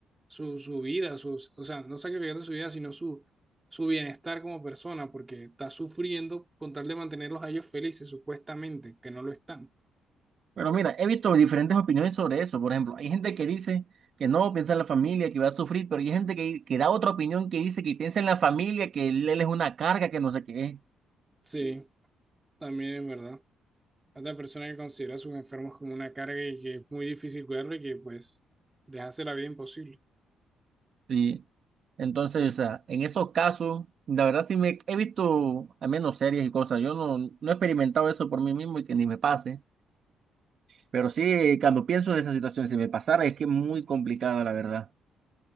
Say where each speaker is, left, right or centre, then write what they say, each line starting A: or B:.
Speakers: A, on the right; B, on the right.
A: su, su vida, sus, o sea, no sacrificando su vida, sino su, su bienestar como persona, porque está sufriendo con tal de mantenerlos a ellos felices, supuestamente, que no lo están.
B: Pero mira, he visto diferentes opiniones sobre eso. Por ejemplo, hay gente que dice que no piensa en la familia, que va a sufrir, pero hay gente que, que da otra opinión que dice que piensa en la familia, que él, él es una carga, que no sé qué es.
A: Sí, también es verdad. Otra persona que considera a sus enfermos como una carga y que es muy difícil cuidarlo y que pues les hace la vida imposible.
B: Sí. Entonces, o sea, en esos casos, la verdad sí me he visto al menos series y cosas. Yo no, no he experimentado eso por mí mismo y que ni me pase. Pero sí, cuando pienso en esa situación, si me pasara, es que es muy complicada, la verdad.